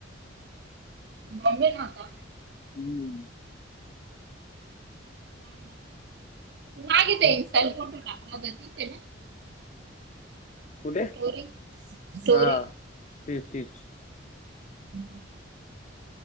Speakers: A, on the right (about 55°); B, on the left (about 35°).
A: बॉम्बे खता
B: हम्म
A: तू माग इन्स्टा
B: बस
A: ला फोटो टाकला तर तच आहे ना
B: कुठे
A: स्टोरी स्टोरी
B: हा तेच तच
A: हम्म